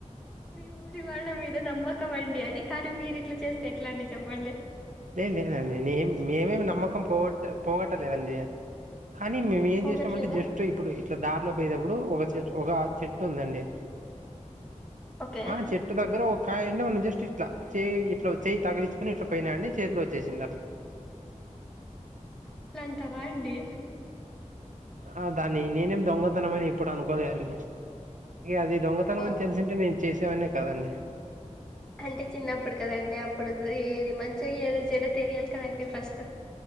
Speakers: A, in the centre; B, on the right.
A: మీ ఊరి వాళ్ళ మీద నమ్మకం అండి అది కానీ మీరు ఇట్లా చేస్తే ఎట్లా అండి చెప్పండి
B: లేదు లేదండి మేమేమి నామ్మకం పోగట్ట పొగట్టలేనండి కానీ మేము ఏం
A: పోగట్లేదా
B: చేస్తామంటే జస్ట్ ఇప్పుడు ఇట్లా దారిలో పోయేటప్పుడు ఒక చె ఒక చెట్టు ఉందండి
A: ఓకే
B: ఆ చెట్టు దగ్గర ఒక కాయ అండి మనం జస్ట్ ఇట్లా చేయ ఇట్లా చేయి తగిలిచుకొని ఇట్లా పోయినా అండి చేతిలో వచ్చేసింది అట్లా
A: అట్లాంటరా అండి
B: ఆ దాన్ని నేనేమి దొంగతనం అని ఎప్పుడూ అనుకోలేదండి అది దొంగతనం
A: ఓ
B: అని తెలిసింటే నేను చేసేవాడిని కదండి
A: అంటే చిన్నప్పుడు కదండి అప్పుడు ఏ ఏది మంచో ఏది చెడో తెలియాలి కదండి ఫస్ట్